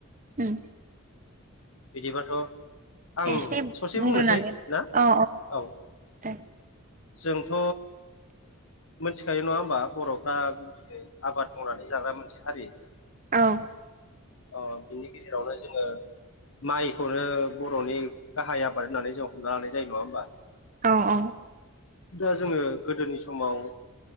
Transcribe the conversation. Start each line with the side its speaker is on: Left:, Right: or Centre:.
Right: उम
Left: बिदिबाथ' आं
Right: एसे
Left: ससे
Right: बुंग्रोनानै
Left: बुंनोसै ना
Right: औ
Left: औ
Right: दे
Left: जोंथ' मिथिखायो नङा होमबा बर'फ्रा गुबैयै आबाद मावनानै जाग्रा मोनसे हारि।
Right: औ
Left: अ बिनि गेजेरावनो जोङो माइखौनो बर'नि गाहाय आबाद होननानै जों हमना लानाय जायो नङा होमबा
Right: औ औ
Left: दा जोङो गोदोनि समाव